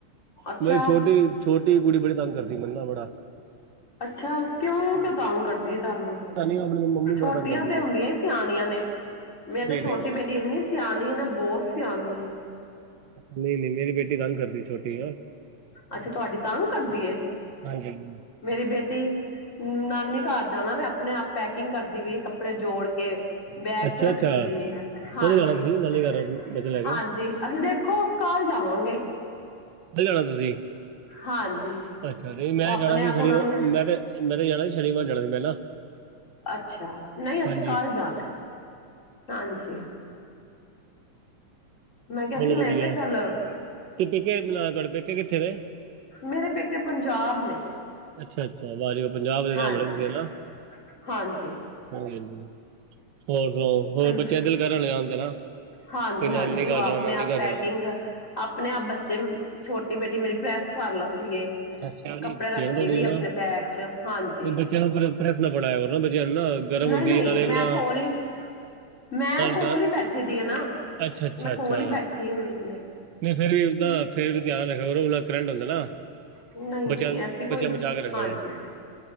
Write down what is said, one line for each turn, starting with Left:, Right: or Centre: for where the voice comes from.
Left: ਅੱਛਾ
Right: ਮੇਰੀ ਛੋਟੀ-ਛੋਟੀ ਕੁੜੀ ਬੜੀ ਤੰਗ ਕਰਦੀ ਮੰਨ ਨਾ ਬੜਾ।
Left: ਅੱਛਾ ਕਿਉਂ-ਕਿਉਂ
Right: ਹਾਂਜੀ
Left: ਤਾਂਗ ਕਰਦੀ ਹੈ ਤੁਹਾਨੂੰ।
Right: <unintelligible>
Left: ਛੋਟੀਆਂ
Right: ਕਰਦੀ
Left: ਤੇ ਹੁੰਦੀਆਂ
Right: ਹੈ
Left: ਹੀ ਸਿਆਣੀਆਂ ਨੇ ਮੇਰੀ ਤੇ
Right: ਨਹੀਂ
Left: ਛੋਟੀ
Right: ਨਹੀਂ ਨਹੀਂ
Left: ਬੇਟੀ। ਇੰਨੀ ਸਿਆਣੀ ਹੈ ਨਾ ਬਹੁਤ ਸਿਆਣੀ ਏ।
Right: ਨਹੀਂ-ਨਹੀਂ ਮੇਰੀ ਬੇਟੀ ਤਾਂਗ ਕਰਦੀ ਏ ਛੋਟੀ ਨਾ।
Left: ਅੱਛਾ ਤੁਹਾਡੀ ਤਾਂਗ ਕਰਦੀ ਏ।
Right: ਹਾਂਜੀ-ਹਾਂਜੀ।
Left: ਮੇਰੀ ਬੇਟੀ ਨਾਨੀ ਘਰ ਜਾਣਾ ਨਾ ਆਪਣੇ ਆਪ ਪੈਕ। ਪੈਕਿਗ ਕਰਦੀ ਪਈ ਏ ਕੱਪੜੇ ਜੋੜ ਕੇ। ਬੈਗ
Right: ਅੱਛਾ
Left: ਚ ਰੱਖਦੀ
Right: ਅੱਛਾ
Left: ਪਈ ਏ ਹਾਂਜੀ-ਹਾਂਜੀ।
Right: ਕਦੋਂ ਜਾਣਾ ਤੁਸੀਂ ਨਾਨੀ ਘਰ ਬੱਚੇ ਲੈ ਕੇ
Left: ਅਸੀਂ ਦੇਖੋ ਕਲ ਜਾਵਾਂਗੇ।
Right: ਕੱਲ੍ਹ ਜਾਣਾ ਤੁਸੀਂ।
Left: ਹਾਂਜੀ।
Right: ਅੱਛਾ ਤੇ ਮੈਂ
Left: ਉਹ ਆਪਣੇ
Right: ਜਾਣਾ ਸੀ
Left: ਆਪ
Right: ਸ਼ਨੀਵਾਰ
Left: ਉਹਨਾਂ ਨੂੰ
Right: ਮੈਂ ਤੇ ਮੈਂ ਤੇ ਜਾਣਾ ਸੀ ਸ਼ਨੀਵਾਰ ਜਾਣਾ ਸੀ ਮੈਂ ਨਾ।
Left: ਅੱਛਾ ਨਹੀਂ ਅਸੀਂ
Right: ਹਾਂਜੀ
Left: ਕਲ ਜਾਣਾ ਹਾਂਜੀ। ਮੈਂ ਕਿਹਾ
Right: ਚਲੋ
Left: ਸੀ ਮੈਂ
Right: ਵਧੀਆ
Left: ਕਿਹਾ ਚੱਲ।
Right: ਤੇ ਪੇਕੇ ਤੁਹਾਡੇ ਪੇਕੇ ਕਿੱਥੇ ਨੇ
Left: ਮੇਰੇ ਪੇਕੇ ਪੰਜਾਬ ਨੇ।
Right: ਅੱਛਾ-ਅੱਛਾ ਵਾ ਜੀ ਪੰਜਾਬ ਦੇ
Left: ਹਾਂਜੀ
Right: ਰਹਿਣ ਵਾਲੇ ਤੁਸੀਂ ਨਾ।
Left: ਹਾਂਜੀ
Right: ਹਾਂਜੀ-ਹਾਂਜੀ ਹੋਰ ਸੁਣਾਓ ਹੋਰ
Left: ਹਾਂਜੀ
Right: ਬੱਚੇ ਦਿਲ ਕਰਨ ਜਾਣ ਦੇ ਨਾ
Left: ਹਾਂਜੀ
Right: ਵੀ ਨਾਨੀ
Left: ਹਾਂਜੀ
Right: ਘਰ
Left: ਉਹ ਆਪਣੇ
Right: ਜਾਣਾ ਨਾਨੀ
Left: ਆਪ
Right: ਘਰ
Left: ਪੈਕਿੰਗ
Right: ਜਾਣਾ
Left: ਆਪਣੇ ਆਪ ਬੱਚੇ ਨੂੰ ਛੋਟੀ ਬੇਟੀ ਮੇਰੀ ਪ੍ਰੈਸ ਕਰ ਲੈਂਦੀ ਏ
Right: ਅੱਛਾ ਜੀ
Left: ਕੱਪੜੇ
Right: ਬੱਚਿਆਂ
Left: ਰੱਖਦੀ
Right: ਨੂੰ ਨਹੀਂ
Left: ਵੀ
Right: ਨਾ
Left: ਆਪਣੇ ਬੈਗ 'ਚ ਹਾਂਜੀ
Right: ਬੱਚਿਆਂ ਨੂੰ ਪ੍ਰੈਸ ਨਾ ਫੜਾਇਆ ਨਾ ਬੱਚਿਆਂ ਨੂੰ ਨਾ ਗਰਮ
Left: ਨਹੀਂ-ਨਹੀਂ
Right: ਹੁੰਦੀ ਨਾਲੇ
Left: ਮੈਂ
Right: ਨਾਲ
Left: ਕੋਲ ਹੀ ਮੈਂ ਕੋਲ
Right: ਡਰ
Left: ਹੀ ਬੈਠੀ ਦੀ ਆ ਨਾ
Right: ਅੱਛਾ ਅੱਛਾ
Left: ਮੈਂ
Right: ਅੱਛਾ
Left: ਕੋਲ ਹੀ ਬੈਠੀ ਹੋਈ ਹੁੰਦੇ
Right: ਨਹੀਂ ਫਿਰ ਵੀ ਓਦਾਂ ਫਿਰ ਧਿਆਨ ਹੈਗਾ ਉ' ਕਰੰਟ ਹੁੰਦਾ ਨਾ
Left: ਨਹੀਂ
Right: ਬੱਚਿਆਂ
Left: ਨਹੀਂ
Right: ਨੂੰ
Left: ਐਸੀ ਕੋਈ
Right: ਬੱਚਿਆਂ ਬਚਾ ਕੇ ਰੱਖ ਲੈਣਾ
Left: ਹਾਂਜੀ